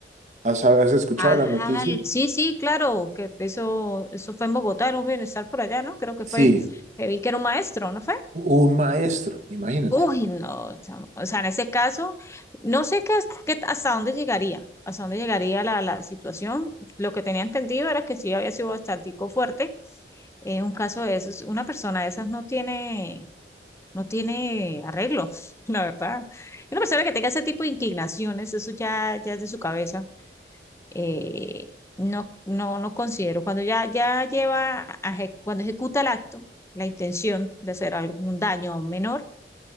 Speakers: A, on the right (about 40°); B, on the left (about 15°).
A: ¿Has, has escuchado
B: Ah,
A: la noticia?
B: sí, sí, claro, que eso, eso fue en Bogotá, era un bienestar por allá, ¿no? Creo que
A: Sí,
B: fue, que vi que era un maestro, ¿no fue?
A: un maestro, imagínate.
B: Uy, no, chamo. O sea, en ese caso, no sé qué, hasta qué- hasta dónde llegaría, hasta dónde llegaría la, la situación. Lo que tenía entendido era que sí había sido bastante fuerte. Eh, un caso de esos, una persona de esas no tiene, no tiene arreglo, <laughs> la verdad. Una persona que tenga ese tipo de inclinaciones, eso ya, ya es de su cabeza. Eh, no, no, no considero. Cuando ya, ya lleva, a eje- cuando ejecuta el acto, la intención de hacer algún daño a un menor